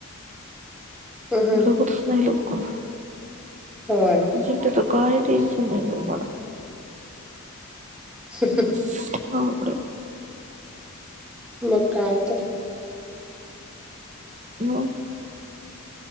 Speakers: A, in the centre; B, on the right.
A: हम्म हम्म
B: झोपतच नाय लवकर.
A: होय
B: चिंट्याचं काही टेन्शन नाही बघ मला.
A: ह ह.
B: <unintelligible>
A: मग काय तर.
B: म